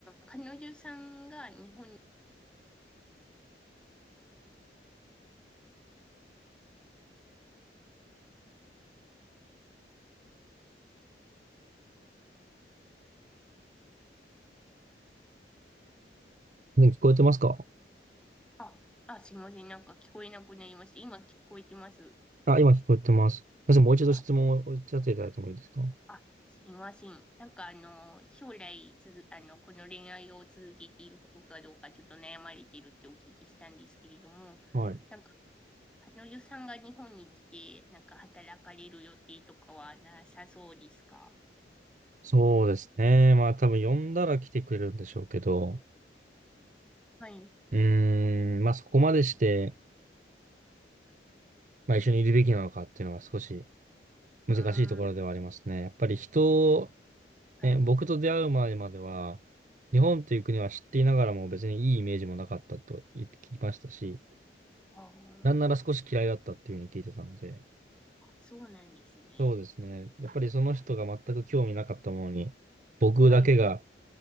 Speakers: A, in the centre; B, on the right.
A: 彼女さんが日本に、
B: ね聞こえてますか
A: あ、あ、すいません、なんか聞こえなくなりました。今聞こえてます。
B: あ、今聞こえてます。すみません、もう一度質問をおっしゃっていただいてもいいですか
A: あ、あ、すいません。なんかあの、将来つづ、あの、この恋愛を続けていくかどうか、ちょっと悩まれているってお聞きしたんですけれども、
B: はい。
A: なんか彼女さんが日本に来て、なんか働かれる予定とかはなさそうですか
B: そうですね。まあ多分呼んだら来てくれるんでしょうけど、
A: はい。う
B: うーん、まあそこまでして、まあ一緒にいるべきなのかっていうのが少し難しいところではありますね。
A: ーん、
B: やっぱり人を、
A: はい。
B: ね、僕と出会う前までは、日本という国は知っていながらも別にいいイメージもなかったと言って聞きましたし、
A: あー、
B: なんなら少し嫌いだったっていうふうに聞いてたので、
A: そうなんですね。
B: そうですね。やっぱりその人が全く興味なかったものに、僕だけが、
A: はい。